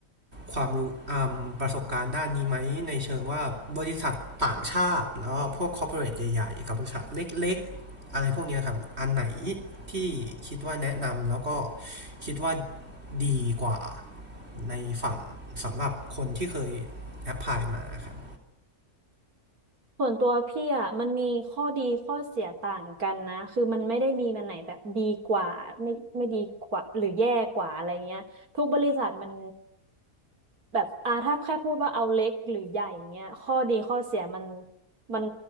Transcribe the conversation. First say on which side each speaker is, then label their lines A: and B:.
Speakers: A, on the right; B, on the right.
A: ความรู้อ่าประสบการณ์ด้านนี้ไหมในเชิงว่าบริษัทต่างชาติแล้วก็พวกคอร์ปอเรทใหญ่ๆกับบริษัทเล็กๆ อะไรพวกเนี้ยครับ อันไหนที่คิดว่าแนะนำแล้วก็คิดว่าดีกว่าในฝั่งสำหรับคนที่เคยแอพพลายมาครับ
B: ส่วนตัวพี่อ่ะมันมีข้อดีข้อเสียต่างกันนะคือมันไม่ได้มีมันไหนแบบดีกว่าไม่ไม่ดีกว่าหรือแย่กว่าอะไรเงี้ยทุกบริษัทมัน แบบอ่าถ้าแค่พูดว่าเอาเล็กหรือใหญ่เงี้ยข้อดีข้อเสียมันมัน